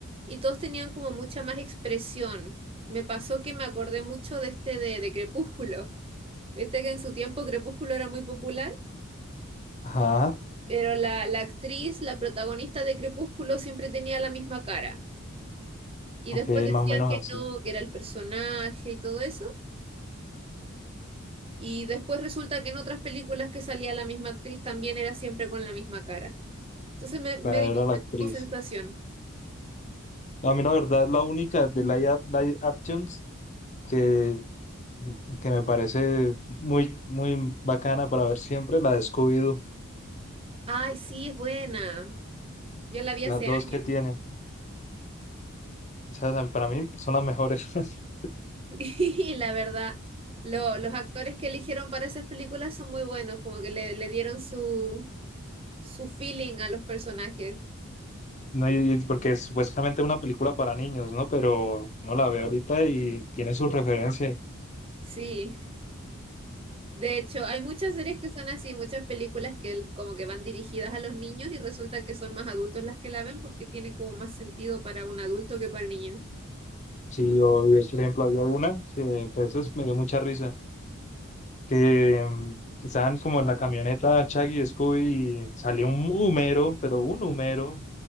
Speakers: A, on the right (about 25°); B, on the left (about 35°).
A: y todos tenían como mucha más expresión. Me pasó que me acordé mucho de este de, de Crepúsculo. Viste que en su tiempo Crepúsculo era muy popular,
B: Ajá,
A: pero la, la actriz, la protagonista de Crepúsculo siempre tenía la misma cara. Y
B: ok,
A: después decían
B: más o menos
A: que
B: así.
A: no, que era el personaje y todo eso. Y después resulta que en otras películas que salía la misma actriz también era siempre con la misma cara. Entonces me,
B: Claro,
A: me dio
B: era
A: esa
B: la actriz.
A: como sensación.
B: No, a mí la verdad, la única de live, ac- live actions que, mm, que me parece muy, muy bacana para ver siempre, la de Scooby-Doo.
A: Ay, sí, es buena. Yo la vi
B: Las
A: hace
B: dos
A: años
B: que tienen, ¿sabes? Para mí son las mejores. <laughs>
A: <laughs> y la verdad, lo- los actores que eligieron para esas películas son muy buenos, como que le, le dieron su, su feeling a los personajes.
B: No, y- y porque es supuestamente una película para niños, ¿no? Pero no la veo ahorita y tiene sus referencias.
A: Sí, de hecho, hay muchas series que son así, muchas películas que el- como que van dirigidas a los niños y resulta que son más adultos las que la ven porque tiene como más sentido para un adulto que para el niño.
B: Sí, yo, yo, por ejemplo, había una que pues, eso es- me dio mucha risa, que mm, estaban como en la camioneta Chucky y Scooby y salió un humero, pero un humero.